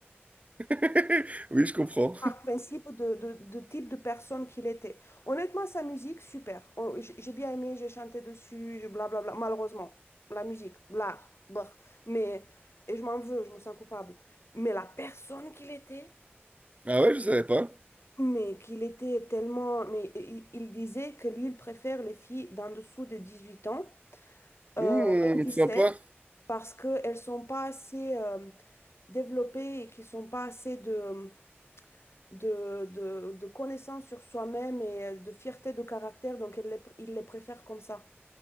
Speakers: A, on the right; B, on the left.
A: <laughs> Oui, je comprends.
B: par principe de, de- de type de personne qu'il était. Honnêtement, sa musique, super. On- J'ai j'ai bien aimé, j'ai chanté dessus, je- blablabla. Malheureusement, la musique, l'art, brr. Mais, et je m'en veux, je me sens coupable. Mais la personne qu'il était,
A: Ah ouais, je savais pas.
B: mais qu'il était tellement... Mais il, il disait que lui, il préfère les filles d'en dessous de 18 ans,
A: Hmm,
B: euh, même
A: sympa.
B: sept parce qu'elles ne sont pas assez... euh, développées et qui ne sont pas assez de de, de, de connaissance sur soi-même et euh, de fierté de caractère, donc elle les- il les préfère comme ça.